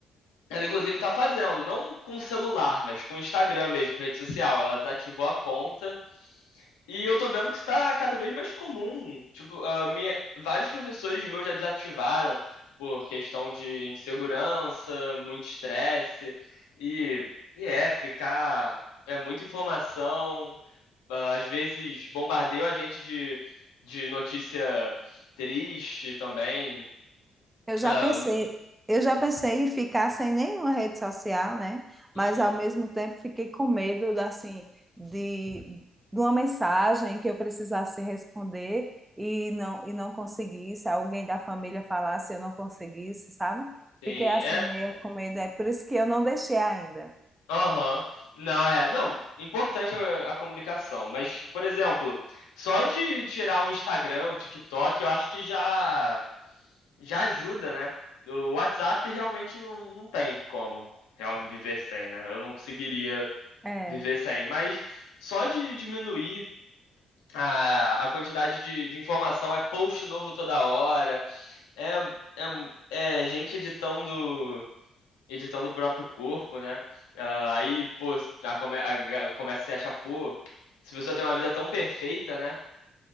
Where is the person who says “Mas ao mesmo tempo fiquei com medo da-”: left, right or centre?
Right